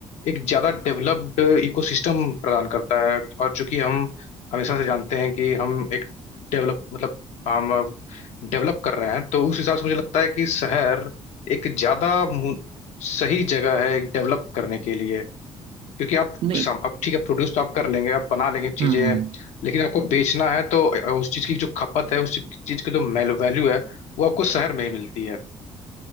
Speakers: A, on the left; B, on the right.
A: एक ज्यादा डेवलप्ड इकोसिस्टम प्रदान करता है और चूंकि हम हमेशा से जानते हैं कि हम एक डेवलप मतलब हम डेवलप कर रहे हैं तो उस हिसाब से मुझे लगता है कि शहर एक ज्यादा मु- सही जगह है एक डेवलप करने के लिए क्योंकि आप
B: नहीं
A: सम, अब ठीक है प्रोड्यूस तो आप कर लेंगे आप बना लेंगे
B: हम्म
A: चीजें
B: हम्म
A: लेकिन आपको बेचना है तो उस चीज की जो खपत है उस चीज की जो वैल्यू है वो आपको शहर में ही मिलती है